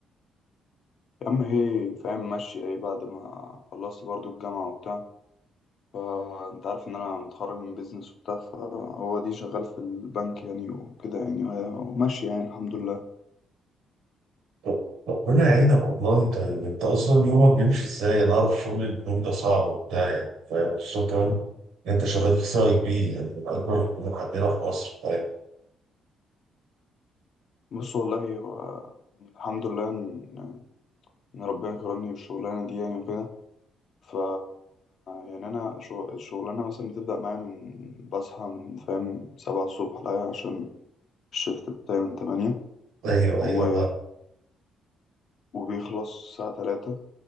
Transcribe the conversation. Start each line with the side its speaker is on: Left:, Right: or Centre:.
Left: يا عم ايه فاهم ماشي ايه بعد ما خلصت برضو الجامعة وبتاع فانت عارف ان انا متخرج من بيزنس وبتاع فهو دي شغال في البنك يعني وكده يعني وهي- وماشي يعني الحمد لله
Right: طب- ربنا يعينك والله انت انت اصلا يومك بيمشي ازاي؟ انا اعرف شغل البنوك ده صعب وبتاع يعني، فاهم خصوصا كمان ان انت شغال في سي اي بي يعني من اكبر البنوك عندنا في مصر، فاهم؟
Left: بص والله هو الحمد لله ان ان ربنا كرمني بالشغلانة دي يعني وكده ف يعني انا شغ- الشغلانة مثلا بتبدأ معايا من بصحى من فاهم سبعة الصبح لا عشان الشيفت بتاعي من تمانية
Right: ايوه
Left: و...
Right: ايوه
Left: وبيخلص الساعة تلاتة